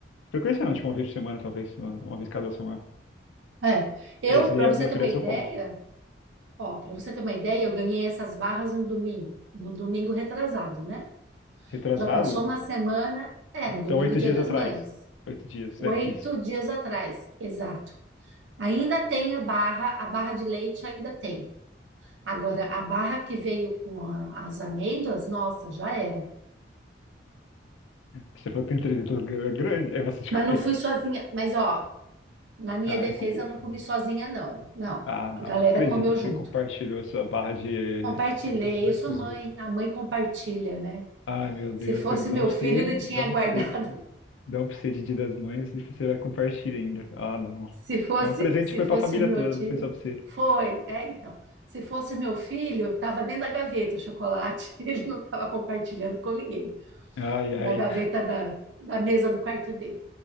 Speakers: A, on the left; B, on the right.
A: Frequência não, tipo uma vez por semana, talvez. Uma, uma vez cada semana.
B: É. Eu,
A: Aí esse
B: para
A: daí ela
B: você
A: me
B: ter
A: oferece,
B: uma ideia,
A: eu como.
B: ó, para você ter uma ideia, eu ganhei essas barras no domingo, no domingo retrasado, né?
A: Retrasado.
B: Já passou uma semana, é,
A: Então,
B: no domingo,
A: oito
B: Dia
A: dias
B: das
A: atrás.
B: Mães.
A: Oito dias,
B: Oito
A: é isso.
B: dias atrás, exato. Ainda tem a barra, a barra de leite ainda tem. Agora, a barra que veio com a- as amêndoas, nossa, já era.
A: Você falou que tem 300 gramas, é grande, é bastante
B: Mas
A: <laughs>
B: não
A: coisa.
B: fui sozinha. Mas, ó, na minha
A: Ah,
B: defesa,
A: eu comia
B: eu não
A: também.
B: comi sozinha, não. Não.
A: Ah,
B: A
A: não.
B: galera
A: Acredito
B: comeu
A: que
B: junto.
A: você compartilhou sua barra de
B: Compartilhei,
A: deduções
B: eu sou
A: com
B: mãe,
A: os outros.
B: a mãe compartilha, né?
A: Ai, meu Deus,
B: Se fosse
A: você dá
B: meu
A: um pra
B: filho,
A: você,
B: ele tinha
A: dá
B: guardado.
A: um pra você, de- dá um pra você de Dia das Mães e você vai compartilhar ainda. Ah,
B: <laughs>
A: não.
B: Se fosse,
A: Então, o presente
B: se
A: foi
B: fosse
A: pra família
B: meu
A: toda,
B: filho,
A: não foi só pra você.
B: foi, é, então. Se fosse meu filho, estava dentro da gaveta o chocolate, <laughs> ele não estava compartilhando com ninguém,
A: Ai,
B: da
A: ai.
B: gaveta da, da mesa do quarto dele.